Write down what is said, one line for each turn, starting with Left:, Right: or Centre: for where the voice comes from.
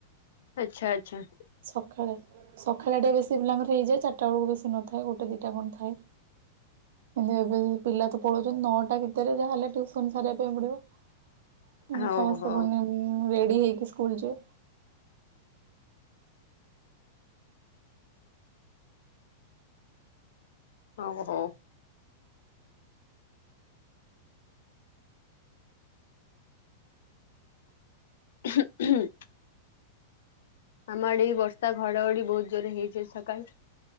Left: ଆଚ୍ଛା ଆଚ୍ଛା।
Right: ସକାଳେ ସକାଳେ ଟିକେ ବେଶୀ ପିଲାଙ୍କର ହେଇଯାଏ ଚାରଟା ବଳକୁ ବେଶୀ ନଥାଏ ଗୋଟେ ଦିଟା କଣ ଥାଏ? କିନ୍ତୁ ଏବେ ପିଲା ତ ପଳଉଛନ୍ତି ନଅଟା ଭିତରେ ଯାହାହେଲେ ଟ୍ୟୁସନ ସାରିବା ପାଇଁ ପଡିବ।
Left: ହଉ
Right: ସମସ୍ତେ
Left: ହଉ
Right: ପୁଣି ରେଡି ହେଇକି ସ୍କୁଲ ଯିବେ?
Left: ଆଉ ଥରେ। ହଁ ହୁଁ। ଆମର ଆଡେ ବର୍ଷା ଘଡଘଡି ବହୁତ ଜୋରେ ହେଇଛି ସକାଳେ।